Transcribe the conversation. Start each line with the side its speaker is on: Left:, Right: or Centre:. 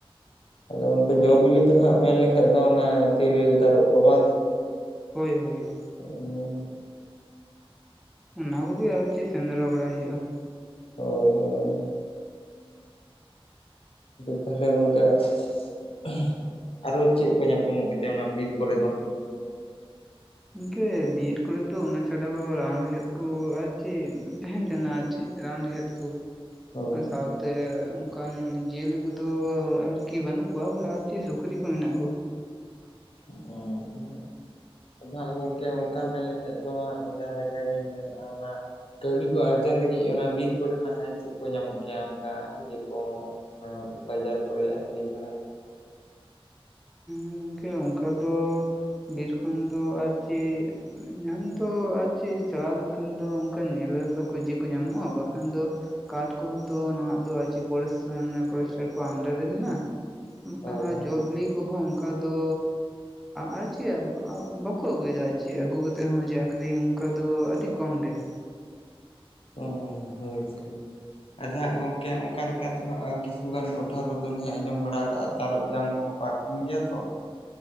Left: ᱟᱫᱚ ᱜᱚᱝᱠᱮ ᱡᱚ
Centre: ᱚᱱᱟ
Left: ᱵᱤᱞᱤ ᱫᱚ ᱦᱮᱸᱜ ᱢᱮᱱ ᱞᱮᱠᱷᱟᱡ ᱫᱚ ᱚᱱᱟ ᱛᱤᱨᱤᱞ, ᱛᱟᱨᱚᱯ ᱠᱚ ᱵᱟᱝ ᱥᱮ?
Centre: ᱦᱳᱭ ᱦᱳᱭ ᱾
Left: ᱩᱸᱻ ᱾
Centre: ᱚᱱᱟ ᱠᱚᱜᱮ ᱟᱨ ᱪᱮᱫ ᱥᱮᱸᱫᱽᱨᱟ ᱵᱟᱲᱟᱭ ᱦᱩᱭᱩᱜ-ᱟ ᱾
Left: ᱦᱳᱭ ᱦᱳᱭ <unintelligible> ᱟᱫᱚ ᱛᱟᱦᱚᱞᱮ ᱜᱚᱝᱠᱮ <inaudible> ᱟᱨᱚ ᱪᱮᱫ ᱠᱚ ᱧᱟᱯᱟᱢᱚᱜ ᱜᱮᱛᱮ ᱚᱱᱟ ᱵᱤᱨ ᱠᱚᱨᱮ ᱫᱚ?
Centre: ᱜᱚᱝᱠᱮ ᱵᱤᱨ ᱠᱚᱨᱮ ᱫᱚ ᱚᱱᱟ ᱪᱷᱟᱰᱟ ᱦᱚᱸ ᱨᱟᱱ ᱨᱮᱦᱮᱫ ᱠᱚ ᱟᱨ ᱪᱤᱫ ᱛᱟᱦᱮᱸᱱ ᱛᱟᱦᱮᱸᱱᱟ। ᱪᱮᱫ ᱨᱟᱱ ᱨᱮᱦᱮᱫ ᱠᱚ।
Left: ᱦᱳᱭ
Centre: ᱟᱨ ᱥᱟᱶᱛᱮ ᱚᱱᱠᱟᱱ ᱡᱤᱭᱟᱹᱞᱤ ᱠᱚᱫᱚ ᱟᱨᱠᱤ ᱵᱟᱹᱱᱩᱜ ᱠᱚᱣᱟ ᱟᱨ ᱪᱤᱫ ᱥᱩᱠᱨᱤ ᱠᱚ ᱢᱮᱱᱟᱜ ᱠᱚ।
Left: ᱩᱸ ᱦᱩᱸ ᱾ ᱟᱫᱚ ᱦᱟᱸᱜ ᱜᱚᱝᱠᱮ ᱚᱱᱠᱟ ᱢᱮᱱ ᱞᱮᱠᱷᱟᱡ ᱫᱚ ᱦᱟᱸᱜ ᱡᱟᱦᱟᱸ ᱞᱮᱠᱟ ᱜᱮ ᱢᱮᱱᱮᱫ-ᱟ ᱚᱱᱟ ᱠᱟᱹᱣᱰᱤ ᱠᱚ ᱟᱨᱡᱟᱣ ᱞᱟᱹᱜᱤᱫ ᱚᱱᱟ ᱵᱤᱨ ᱠᱚᱨᱮᱱᱟᱜ ᱪᱮᱫ ᱠᱚ ᱧᱟᱢᱚᱜ ᱜᱮᱭᱟ ᱚᱱᱠᱟ ᱤᱭᱟᱹ ᱠᱚ? ᱚᱱᱟ ᱵᱟᱡᱟᱨ ᱠᱚᱨᱮ ᱟᱹᱠᱷᱨᱤᱧ ᱵᱟᱲᱟ ᱞᱮᱠᱟ?
Centre: ᱜᱚᱝᱠᱮ ᱚᱱᱠᱟ ᱫᱚ ᱵᱤᱨ ᱠᱷᱚᱱ ᱫᱚ ᱟᱨ ᱪᱮᱫ ᱧᱟᱢ ᱫᱚ ᱟᱨ ᱪᱮᱫ ᱪᱟᱞᱟᱣ ᱞᱮᱱᱠᱷᱟᱱ ᱫᱚ ᱚᱱᱠᱟᱱ ᱧᱮᱞᱮ ᱨᱟᱥᱟ ᱠᱚᱡᱮ ᱠᱚ ᱧᱟᱢᱚᱜ-ᱟ, ᱵᱟᱠᱷᱟᱱ ᱫᱚ ᱠᱟᱴ ᱠᱚᱦᱚᱸ ᱛᱚ ᱱᱟᱦᱟᱜ ᱫᱚ ᱟᱨ ᱪᱮᱜ ᱯᱚᱨᱤᱥ <unintelligible> ᱯᱚᱨᱮᱥᱴᱟᱨ ᱠᱚᱣᱟᱜ ᱟᱱᱰᱟᱨ ᱨᱮ ᱢᱮᱱᱟᱜ-ᱟ ᱾ ᱵᱟᱠᱷᱟᱱ
Left: ᱦᱳᱭ
Centre: ᱦᱟᱸᱜ
Left: ᱦᱳᱭ
Centre: ᱡᱚ ᱵᱤᱞᱤ ᱠᱚᱦᱚᱸ ᱚᱱᱠᱟ ᱫᱚ ᱟᱨ ᱪᱮᱫ ᱵᱟᱠᱚ ᱟᱹᱜᱩᱭᱮᱫᱟ ᱟᱨ ᱪᱮᱫ ᱟᱹᱜᱩ ᱠᱟᱛᱮᱫ ᱦᱚᱸ ᱡᱮ ᱟᱹᱠᱷᱨᱤᱧ ᱚᱱᱠᱟ ᱫᱚ ᱟᱹᱰᱤ ᱠᱚᱢ ᱜᱮ ᱾
Left: ᱚ ᱦᱩᱸ ᱦᱳᱭ ᱛᱚ ᱾ ᱟᱫᱚ ᱦᱟᱸᱜ ᱜᱚᱝᱠᱮ ᱚᱱᱠᱟ ᱞᱮᱠᱟ ᱛᱮ ᱦᱟᱸᱜ ᱠᱤᱪᱷᱩ ᱜᱟᱱ ᱴᱚᱴᱷᱟ ᱠᱚᱫᱚ ᱞᱤᱧ ᱟᱸᱡᱚᱢ ᱵᱟᱲᱟ ᱠᱟᱜ-ᱟ ᱛᱟᱨᱚᱵᱽ ᱡᱟᱝ ᱠᱚᱦᱚᱸ ᱠᱚ ᱟᱹᱠᱷᱨᱤᱧ ᱜᱮᱭᱟ ᱛᱚ ᱾